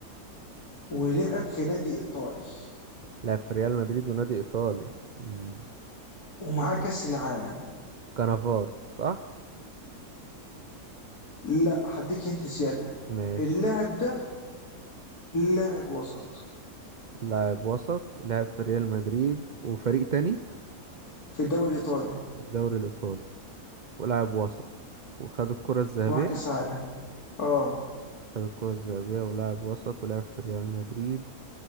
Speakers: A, on the left; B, on the right.
A: ولعب في نادي ايطالي
B: لعب في ريال مدريد ونادي إيطالي مم.
A: ومعاه كأس العالم
B: كانافارو صح
A: لا هديك انت زيادة
B: ماشي
A: اللاعب ده لاعب وسط
B: لاعب وسط لعب في ريال مدريد وفريق تاني
A: في الدوري الايطالي
B: الدوري الإيطالي ولاعب وسط وخد الكرة الذهبية
A: ومعاه كأس عالم اه
B: خد الكرة الذهبية ولاعب وسط ولعب في ريال مدريد